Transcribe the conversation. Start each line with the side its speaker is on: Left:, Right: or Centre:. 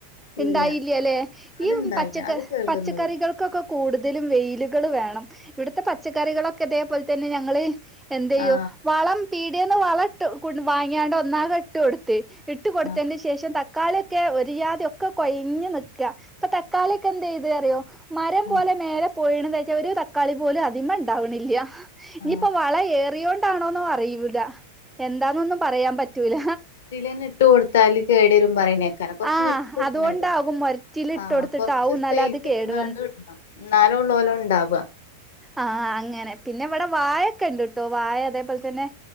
Centre: ഉണ്ടായില്ലല്ലെ
Left: ഇല്ല അത്
Centre: ഈ
Left: ഇണ്ടായില്ല
Centre: പച്ചക്ക
Left: അത് കേടന്ന്
Centre: പച്ചക്കറികൾക്കൊക്കെ
Left: പോയി
Centre: കൂടുതലും വെയിലും കൾ വേണം ഇവിടത്തെ പച്ചക്കറികളൊക്കെ അതേപോലെ തന്നെ ഞങ്ങള് എന്ത ചെയ്യും
Left: ആ
Centre: വളം പീ ഇതേന്ന് വളട്ടു കൊ വാങ്ങിയാണ്ട് ഒന്നാകെ ട്ട് കൊടുത്ത് ഇട്ട് കൊടുത്തതിന്
Left: ആ
Centre: ശേഷം ത ക്കാളിയൊക്കെ ഒരിയാതി ഒക്കെ കൊഴഞ്ഞ് നിക്കാ. ഇപ്പൊ തക്കാളിയൊക്കെ എന്ത് ചെയ്ത് അറിയോ മരം
Left: ആ
Centre: പോലെ മേലെ പോയിണന്ന് വെച്ചാൽ ഒര് തക്കാളി പോലും അതിമ്മ ഉണ്ടാവണില്ല. ഇനിയിപ്പോ
Left: ആ
Centre: വള ഏറിയോ ണ്ടാണോന്നും അറിയൂല. എന്താന്നൊന്നും പറയാൻ പറ്റൂല.
Left: ഇതിലന്നെ ഇട്ട് കൊടുത്താല് കേടരും പറയണേക്കാരം കുറച്ച്
Centre: ആഹ്
Left: വിട്ടിടണല്ലോ.
Centre: അതുകൊണ്ടാകും മൊരറ്റില് ഇട്ട്
Left: ആ
Centre: കൊടുത്തിട്ടാവും
Left: കൊറച്ച്
Centre: എന്നാല
Left: സ്പേസ്
Centre: അത് കേടു
Left: ഇട്ട്ങ്ങാണ്ട് വിട്ടോ എന്നാലും ഉള്ളോലോ ഉണ്ടാവ.
Centre: ആ അങ്ങനെ പിന്നെ ഇവിടെ വായൊക്കെ ഉണ്ട് കേട്ടോ വായ അതേപോലെ തന്നെ